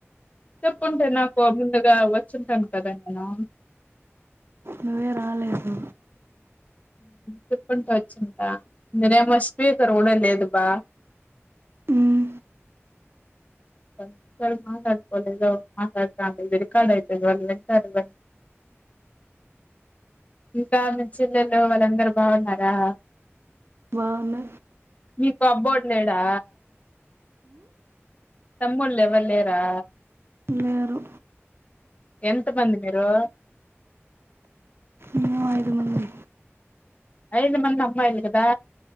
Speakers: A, on the left; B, on the right.
A: చెప్పుంటే. నాకు ముందుగా వచ్చుంటాను కదా నేను
B: నువ్వే రాలేదు
A: చెప్పుకుంటా వచ్చుంట నేనేం మ స్పీకర్ కొనలేదు లేదు బా
B: ఉమ్,
A: ఒకసారి మాట్లాడుకోలేదు. మాట్లాడుతా అంటే రికార్డ్ అయితది. వాళ్ళు వింటారు <unintelligible> ఇంకా మీ చెల్లెలు వాళ్ళందరు బాగున్నారా
B: బాగున్న
A: మీకు అబ్బోడు లేడా. తమ్ముల్ లేెవర్లేరా.
B: లేరు.
A: ఎంత్ మంది మీరు.
B: మేము అయిదు మంది.
A: ఐదు మంది అమ్మాయిలు కదా.